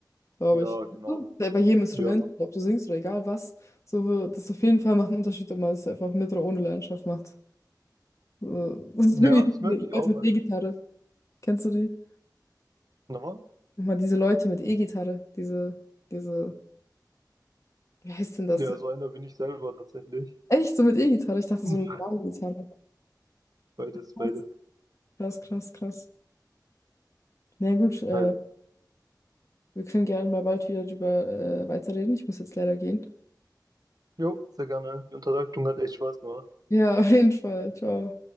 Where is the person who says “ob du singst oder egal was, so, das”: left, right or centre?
Left